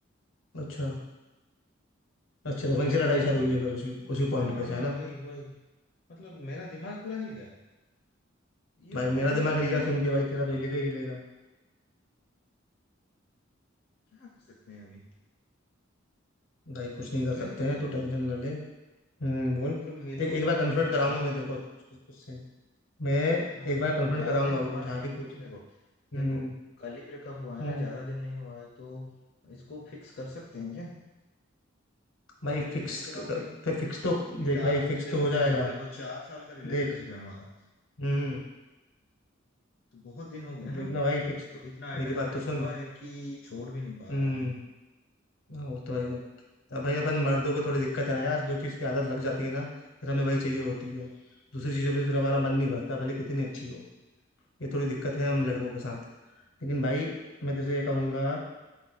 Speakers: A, on the left; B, on the left.
A: अच्छा अच्छा तो वहीं
B: तो
A: से लड़ाई शुरू हुई है फिर उसी उसी
B: हाँ
A: पॉइंट पे
B: हाँ
A: से है
B: वही
A: ना
B: वही मतलब मेरा दिमाग पूरा हिल गया ये
A: भाई
B: बोल
A: मेरा
B: रही
A: दिमाग
B: थी
A: हिल
B: कि
A: गया
B: मैं
A: सुन के भाई तेरा तो हिलेगा ही हिलेगा
B: क्या कर सकते हैं अभी
A: भाई कुछ नहीं कर
B: मैं
A: सकते
B: सो-
A: हैं तो टेंशन ना ले हम्म बोल
B: मतलब मिलूं
A: देख एक
B: या
A: बार
B: ना
A: कन्फ्रंट
B: मिलूं
A: कराऊंगा
B: उससे
A: मैं तेरे को उस- उससे मैं
B: हाँ
A: एक बार
B: मतलब
A: कन्फ्रंट
B: ज्यादा
A: कराऊंगा
B: दिन हुआ
A: वो जहाँ
B: नहीं है
A: भी कोचिंग
B: देखो देखो देखो
A: हम्म
B: कल ही ब्रेकअप हुआ है
A: हम्म
B: ना ज्यादा दिन नहीं हुआ है तो इसको फिक्स कर सकते हैं क्या
A: भाई
B: मैं
A: फिक्स
B: सोच रहा हूँ क्या
A: फिक्स तो
B: क्योंकि
A: देख
B: चार
A: भाई फिक्स
B: देखो
A: तो हो
B: देखो
A: जाएगा
B: देखो चार साल का रिलेशनशिप
A: देख
B: है हमारा
A: हम्म
B: तो बहुत दिन हो गए ना
A: देखना भाई फिक्स
B: तो इतना अटैचमेंट
A: मेरी बात तो सुन
B: हुआ है कि छोड़ भी नहीं पा
A: हम्म
B: रहा हूँ मैं
A: हाँ, वो तो भाई अब अब भाई अपन मर्दों को थोड़ी दिक्कत है ना यार जो चीज़ की आदत लग जाती है ना फिर हमें वही चाहिए होती है दूसरी चीज़ों पे फिर हमारा मन नहीं भरता भले कितनी अच्छी हो ये थोड़ी दिक्कत है हम लड़कों के साथ लेकिन भाई मैं तुझे ये कहूंगा